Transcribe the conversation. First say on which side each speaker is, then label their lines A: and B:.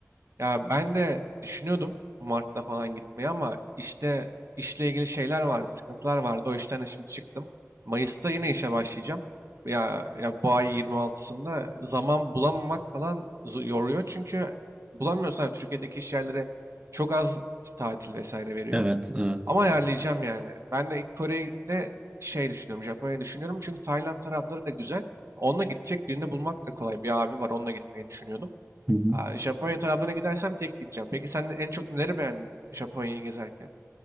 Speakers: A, on the right; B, on the right.
A: Ya ben de düşünüyordum bu Mart'ta falan gitmeyi ama işte işle ilgili şeyler vardı, sıkıntılar vardı. O işten de şimdi çıktım. Mayıs'ta yine işe başlayacağım. Ya, ya bu ay 26'sında zaman bulamamak falan zo- yoruyor. Çünkü bulamıyorsan Türkiye'deki iş yerlere çok az tatil vesaire veriyor.
B: Evet, evet.
A: Ama ayarlayacağım yani. Ben de ilk Kore'de şey düşünüyorum, Japonya'yı düşünüyorum. Çünkü Tayland tarafları da güzel. Onunla gidecek birini bulmak da kolay. Bir abi var, onunla gitmeyi düşünüyordum.
B: Hı hı.
A: Aa, Japonya taraflarına gidersem tek gideceğim. Peki sen en çok neleri beğendin Japonya'yı gezerken?